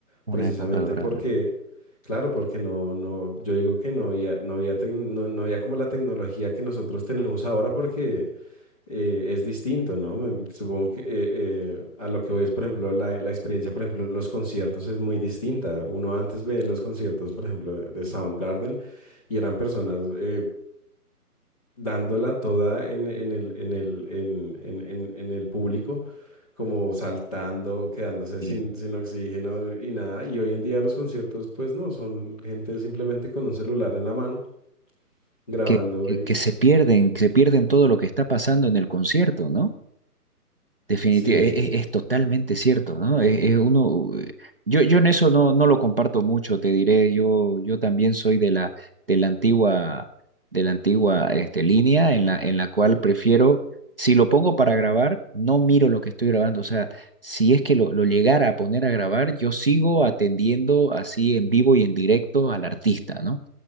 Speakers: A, on the right; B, on the left.
A: una
B: precisamente
A: época dorada.
B: porque Claro, porque no, no, yo digo que no había, no había, tec- no, no había como la tecnología que nosotros tenemos ahora porque eh, es distinto, ¿no? Me- Supongo que eh, eh, a lo que voy es, por ejemplo, la, la experiencia, por ejemplo, en los conciertos es muy distinta. Uno antes ve los conciertos, por ejemplo, de de Soundgarden y eran personas, eh, dándola toda en, en el, en el, en, en, en- en el público, como saltando, quedándose
A: sí.
B: sin, sin oxígeno y nada. Y hoy en día los conciertos, pues no, son gente simplemente con un celular en la mano, grabando
A: Que, que,
B: y
A: que se pierden, que se pierden todo lo que está pasando en el concierto, ¿no? Definitivamente,
B: sí,
A: es, es totalmente cierto, ¿no? Es, es uno, yo, yo en eso no, no lo comparto mucho, te diré, yo, yo también soy de la, de la antigua, de la antigua este, línea en la, en la cual prefiero, si lo pongo para grabar, no miro lo que estoy grabando, o sea, si es que lo, lo llegara a poner a grabar, yo sigo atendiendo así en vivo y en directo al artista, ¿no?